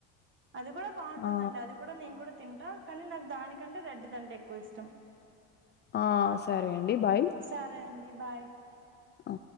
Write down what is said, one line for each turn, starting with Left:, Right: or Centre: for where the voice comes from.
Right: అది కూడా బాగుంటుందండి
Left: ఆ
Right: అది కూడా నేను కూడా తింటా కానీ నాకు దానికంటే రెడ్ దంటే ఎక్కువ ఇష్టం
Left: ఆ సరే అండి బాయ్
Right: సరే అండి బాయ్
Left: ఆ